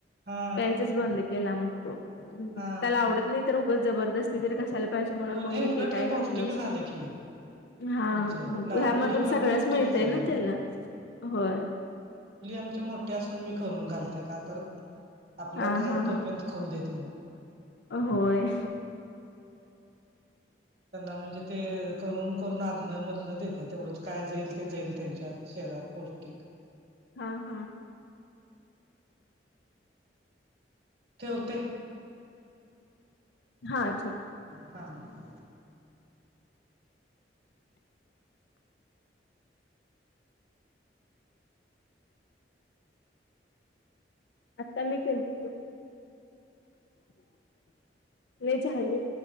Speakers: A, on the right; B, on the left.
A: हा
B: प्यायचच बंद केला मग तो
A: हा
B: त्याला आवडत नाही तर उगड जबरदस्त तिरी कशायला पाहिजे म्हणून
A: होय
B: मग
A: नाही
B: मी
A: उलट
B: ते काय
A: हे
B: घातल
A: पौष्टिक
B: अस
A: झालं
B: ना
A: की
B: हा
A: तुमचं लाडू
B: ह्यामधून
A: हे उलट
B: सगळंच
A: पौष्टिक
B: मिळतय
A: झालं
B: ना त्याला होय.
A: मोठे असून मी करून घालत का तर आपल्यात
B: हा
A: आहेत
B: हा
A: तोपर्यंत
B: हा
A: खाऊ देत म्हणून
B: होय
A: त्यांना म्हणजे ते करून करून आधण मधन देत्यात तेवढंच काय जाईल ते जाईल त्यांच्यात शरिरात पौष्टीक
B: हा हा
A: ठेवते
B: हा ठीक आहे.
A: हा
B: आता मी केलतो. नाही झाले.